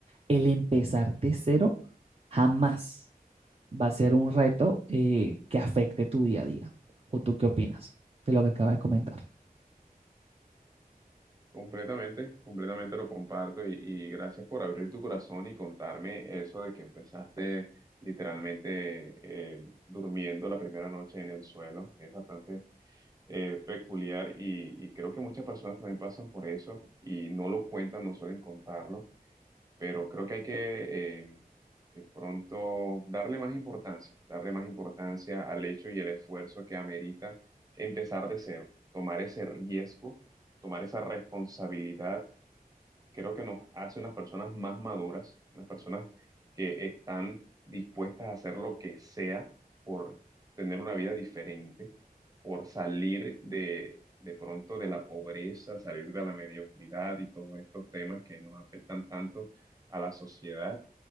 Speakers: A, on the right (about 40°); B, on the right (about 25°).
A: el empezar de cero jamás va a ser un reto eh, que afecte tu día a día. ¿O tú qué opinas de lo que acaba de comentar?
B: Completamente, completamente lo comparto y, y gracias por abrir tu corazón y contarme eso de que empezaste literalmente eh, durmiendo la primera noche en el suelo. Es bastante eh, peculiar y, y creo que muchas personas también pasan por eso y no lo cuentan, no suelen contarlo pero creo que hay que eh, de pronto darle más importancia, darle más importancia al hecho y el esfuerzo que amerita empezar de cero, tomar ese riesgo, tomar esa responsabilidad creo que nos hace unas personas más maduras, unas personas que están dispuestas a hacer lo que sea por tener una vida diferente, por salir de, de pronto de la pobreza, salir de la mediocridad y todos estos temas que nos afectan tanto a la sociedad.